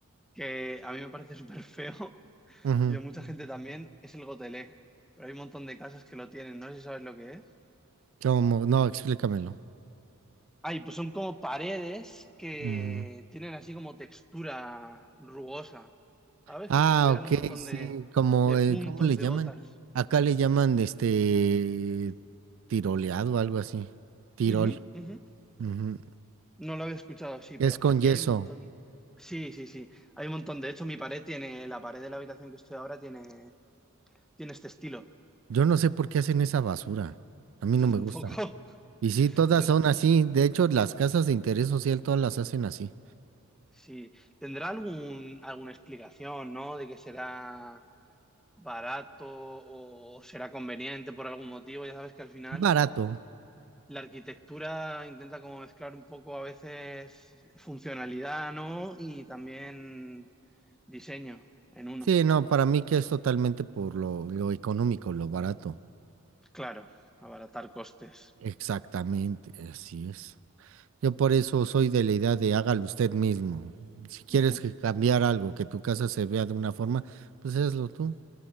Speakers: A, in the centre; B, on the right.
A: que a mí me parece súper feo, <laughs>
B: ujú,
A: y a mucha gente también, es el gotelé. Pero hay un montón de casas que lo tienen, no sé si sabes lo que es.
B: Como, no, explícamelo.
A: Ay, pues son como paredes que
B: ujú.
A: tienen así como textura rugosa, ¿sabes?
B: Ah,
A: Como si tuvieran
B: ok,
A: un montón
B: sí.
A: de,
B: Como
A: de
B: el,
A: puntos
B: ¿cómo le
A: de
B: llaman?
A: gotas.
B: Acá le llaman este tiroleado o algo así. Tirol.
A: Ujú, ujú.
B: Ujú.
A: No lo había escuchado así,
B: Es
A: pero
B: con
A: aquí
B: yeso.
A: hay un montón. Sí, sí, sí. Hay un montón. De hecho, mi pared tiene, la pared de la habitación que estoy ahora tiene, tiene este estilo.
B: Yo no sé por qué hacen esa basura. A mí
A: Yo
B: no me
A: tampoco.
B: gusta. Y sí,
A: <laughs>
B: todas
A: Yo-
B: son así. De hecho, las casas de interés social todas las hacen así.
A: sí. ¿Tendrá algún, alguna explicación, ¿no? De que será barato o será conveniente por algún motivo. Ya sabes que al final.
B: Barato.
A: la arquitectura intenta como mezclar un poco a veces funcionalidad, ¿no? Y también diseño en uno.
B: Sí, no, para mí que es totalmente por lo, lo económico, lo barato.
A: Claro, abaratar costes.
B: Exactamente, así es. Yo por eso soy de la idea de hágalo usted mismo. Si quieres
A: Ujú.
B: que cambiar algo, que tu casa se vea de una forma, pues hazlo tú.